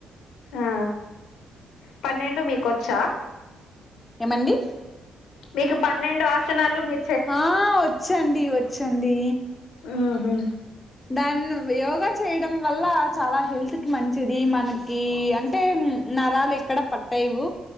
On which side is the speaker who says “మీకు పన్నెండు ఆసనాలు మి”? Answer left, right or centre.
Left